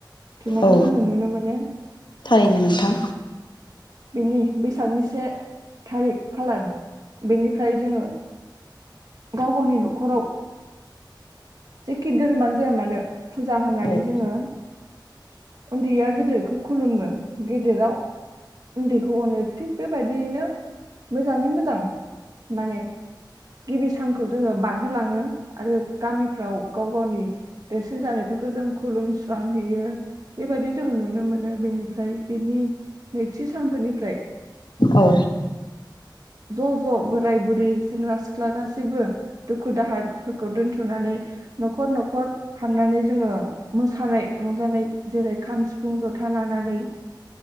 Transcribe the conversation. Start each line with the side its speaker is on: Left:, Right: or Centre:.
Right: थुनायखौ
Left: औ
Right: जोङो नुनो मोनो ।
Left: थारैनो नोंथां
Right: बेनि बैसागनि से थारिक खालार बेनिफ्राय जोङो गाव गावनि न'खराव जेखि धोरोमानो जाया मानो फुजा होनानै
Left: औ
Right: जोङो उन्दैया गेदेरखौ खुलुमो गेदेराव उन्दैखौ अनो थिग बेबायदियैनो मोजाङै मोजां माने गिबि सानखौ जोङो बारहोलाङो आरो गामिफ्राव गाव गावनि देरसिन जानायफोरखौ जों खुलुमस्रांहैयो बेबायदि जों नुनो मोनो बेनिफ्राय बेनि नैथि सानफोरनिफ्राय
Left: औ।
Right: ज ज बोराय बुरै सेंग्रा सिख्ला गासैबो दुखु दाहाफोरखौ दोनथनानै नखर नखर हाबनानै जोङो मोसानाय रंजानाय जेरै खाम सिफुं जथा लानानै